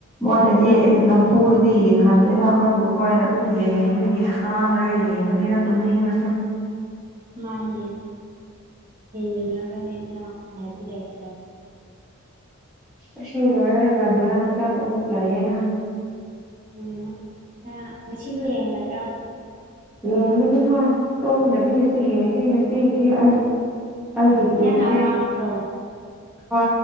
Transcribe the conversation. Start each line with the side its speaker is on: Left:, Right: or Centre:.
Centre: ꯃꯣꯏꯅꯗꯤ
Right: ꯀꯥꯏꯗꯒꯤ
Centre: ꯅꯝꯐꯨꯗꯗꯤ
Right: ꯎꯝ
Centre: ꯌꯦꯡꯍꯟꯗꯣꯏꯅ ꯑꯩꯈꯣꯏꯕꯨ ꯑꯩꯈꯣꯏꯅ ꯑꯗꯨꯝ ꯌꯦꯡꯅꯤꯡꯕꯒꯤ ꯈꯥꯡꯔꯒ ꯌꯦꯡꯕꯅꯤꯅ ꯇꯨꯝꯅꯤꯡꯉꯁꯨ
Right: ꯃꯥꯅꯦꯉꯕꯅꯤ ꯅ ꯥꯎꯞꯥꯏꯗꯤꯇꯔ
Centre: ꯑꯁꯤꯅꯤ ꯂꯣꯏꯔꯒ ꯗꯨꯔꯥꯟ ꯀꯥꯄ ꯑꯃꯨꯛꯂꯩꯑꯦꯅ
Right: ꯎꯝ ꯉꯁꯤꯁꯨ ꯌꯦꯡꯒꯗ꯭ꯔꯥ ꯑꯃꯨꯛ
Centre: ꯌꯦꯡꯒꯅꯤ ꯍꯣꯏ ꯇꯨꯝꯗꯕꯤꯔꯁꯨ ꯌꯦꯡꯒꯦ ꯉꯁꯤꯒꯤꯗꯤ ꯑꯩ ꯍꯥꯏꯒꯤ
Right: ꯎꯝ
Centre: <unintelligible> ꯇ
Right: ꯅꯪꯅ
Centre: ꯏꯅꯦ
Right: ꯑꯄꯥꯝꯕ꯭ꯔꯣ ꯑꯣ
Centre: ꯑ